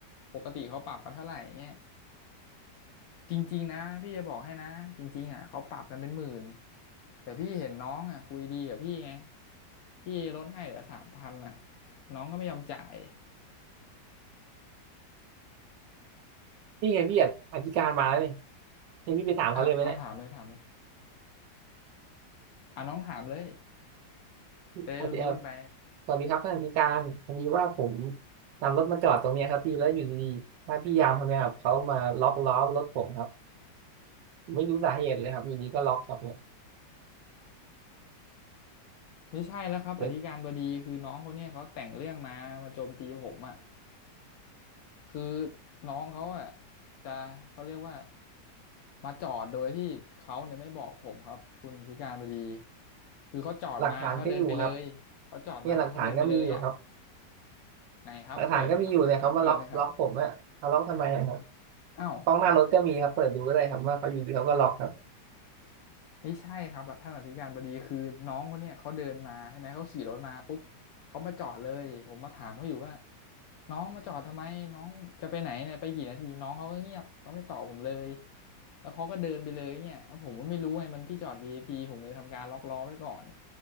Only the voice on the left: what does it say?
ปกติเขาปรับกันเท่าไหร่เงี้ย จริงๆนะพี่จะบอกให้นะจริงๆอ่ะเขาปรับกันเป็นหมื่นแต่พี่เห็นน้องอ่ะคุยดีกับพี่ไงพี่ลดให้เหลือสามพันอ่ะน้องก็ไม่ยอมจ่าย
อ่ะเอาถามเลยถามเลยอ่ะน้องถามเลย
จะได้รู้ๆกันไป
ไม่ใช่แล้วครับอธิการบดีคือน้องคนเนี้ยเขาแต่งเรื่องมามาโจมตีผมอ่ะ
คือน้องเขาอ่ะจะเขาเรียกว่ามาจอดโดยที่เขาเนี่ยไม่บอกผมครับคุณธิการบดีคือเขาจอดมาแล้วเขาเดินไปเลยเขาจอดมาแล้วเขาเดินไปเลยอ่ะ
ไหนครับเปิดนะครับหลักฐานเปิดไหมครับ
อ้าว
ไม่ใช่ครับท่านอธิการบดีคือน้องคนเนี้ยเขาเดินมาใช่ไหมเขาขี่รถมาปุ๊บเขามาจอดเลยผมมาถามเขาอยู่ว่าน้องมาจอดทำไมน้องจะไปไหนเนี่ยไปกี่นาทีน้องเขาก็เงียบเขาไม่ตอบผมเลยแล้วเขาก็เดินไปเลยเนี่ยแล้วผมก็ไม่รู้ไงมันที่จอดวีไอพีผมเลยทำการล็อกล้อไว้ก่อน